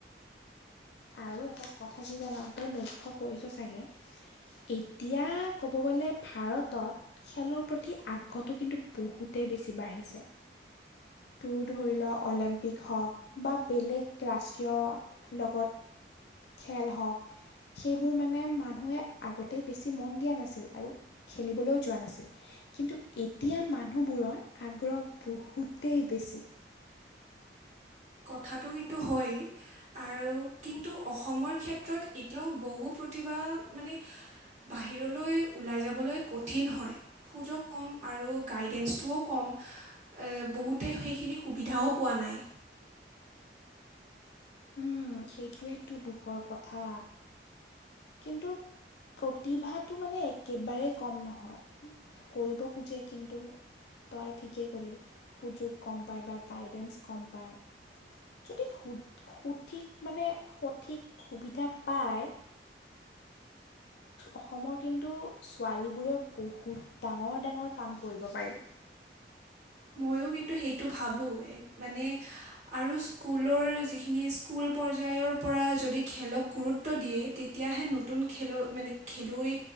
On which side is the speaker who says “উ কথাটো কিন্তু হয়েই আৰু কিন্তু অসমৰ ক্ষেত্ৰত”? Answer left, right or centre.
Right